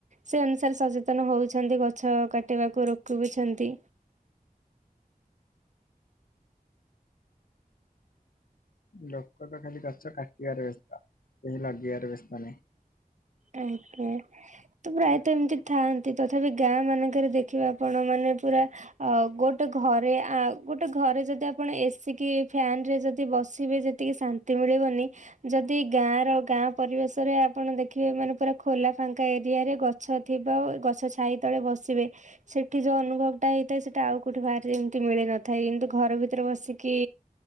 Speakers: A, on the right; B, on the left.
A: ସେ ଅନୁସାରେ ସଚେତନ ହଉଛନ୍ତି ଗଛ କାଟିବାକୁ ରୋକୁ ବି ଛନ୍ତି।
B: ଲୋକ ତ ଖାଲି ଗଛ କାଟିବାର ବ୍ୟସ୍ଥ କେହି ଲଗେଇ ବାରେ ବ୍ୟସ୍ତ ନାହିଁ।
A: ଆଜ୍ଞା ତ ପ୍ରାୟତଃ ଏମିତି ଥାଆନ୍ତି ତଥାପି ଗାଁ ମାନଙ୍କରେ ଦେଖିବେ ଆପଣ ମାନେ ପୁରା ଗୋଟେ ଘରେ ଗୋଟେ ଆଁ ଘରେ ଯଦି ଆପଣ ଏସି କି ଫ୍ୟାନ ରେ ଯଦି ବସିବେ ଯେତିକି ଶାନ୍ତି ମିଳିବନି ଯଦି ଗାଁ ର ଗାଁ ପରିବେଶ ରେ ଆପଣ ଦେଖ ଦେଖିବେ ମାନେ ପୁରା ଖୋଲା ଫାଙ୍କା ଏରିଆରେ ଗଛ ଥିବ ଗଛ ଛାଇ ତଳେ ବସିବେ ସେଠି ଯ ଅନୁଭବ ଟା ହେଇଥାଏ ସେଟା ଆଉ କୋଉଠି ବାହାରେ ଏମତି ମିଳିନଥାଏ। କିନ୍ତୁ ଘର ଭିତରେ ବସିକି